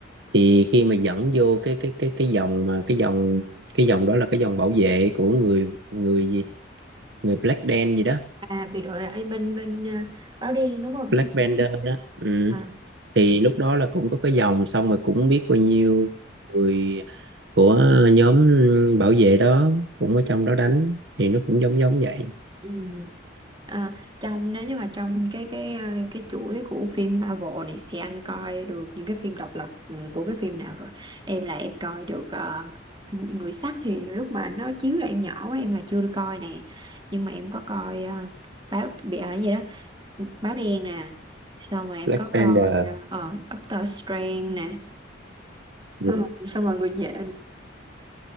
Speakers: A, on the right; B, on the right.
A: thì khi mà dẫn vô cái cái cái cái dòng mà cái dòng cái dòng đó là cái dòng bảo vệ của người người gì người Black Dan gì đó
B: à bị đội ở bên bên ờ, áo đen đúng không
A: Black
B: Chứ-
A: Panther đó ừ.
B: à.
A: thì lúc đó là cũng có cái dòng xong rồi cũng biết bao nhiêu người của nhóm bảo vệ đó cũng ở trong đó đánh thì nó cũng giống giống vậy
B: ừ. À, trong nếu như mà trong cái cái ờ, cái chuỗi của phim Marvel này thì anh coi được những cái phim độc lập ừ, của cái phim nào rồi em là em coi được ờ, Người sắt thì lúc mà nó chiếu là em nhỏ quá em là chưa được coi nè nhưng mà em có coi ờ, báo bị ở gì đó báo đen nè xong rồi em
A: Black
B: có
A: Panther
B: coi uh, Doctor Strange nè
A: ừ.
B: Ờ, xong rồi người nhện